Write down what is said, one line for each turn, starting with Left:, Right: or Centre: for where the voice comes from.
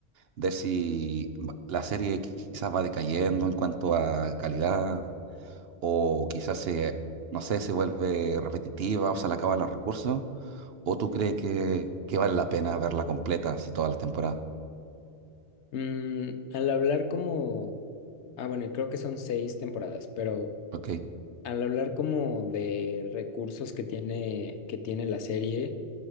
Right: de si va- la serie quizás va decayendo en cuanto a calidad, o quizás se, no sé, se vuelve repetitiva o se le acaban los recursos, o tú crees que, que vale la pena verla completa, así todas las temporadas,
Left: Mm, al hablar como, ah bueno, y creo que son seis temporadas, pero
Right: ¿ok?
Left: al hablar como de recursos que tiene, que tiene la serie.